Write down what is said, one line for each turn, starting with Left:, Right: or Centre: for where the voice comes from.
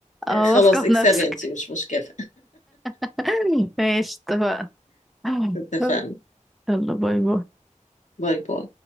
Centre: اه واثقة
Left: خلاص
Centre: في
Left: اكسبي
Centre: نفسك
Left: انتي مش مشكلة
Centre: <laughs> ماشي اتفقنا <laughs>
Left: <laughs> اتفقنا
Centre: يلا باي باي
Left: باي باي